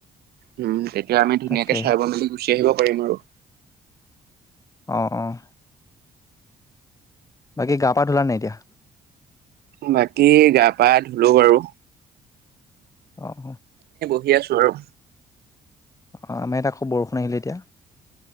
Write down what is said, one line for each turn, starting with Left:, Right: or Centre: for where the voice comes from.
Right: উম, তেতিয়া আমি ধুনীয়াকে
Left: তাকে
Right: চাই মেলি গুচি আহিব পাৰিম আৰু।
Left: অ', অ', বাকী গা পা ধূলা নে নাই এতিয়া?
Right: বাকী গা পা ধুলো বাৰু।
Left: অ', অ'।
Right: <unintelligible> আৰু
Left: অ', আমাৰ এতিয়া খুব বৰষুণ আহিলে এতিয়া।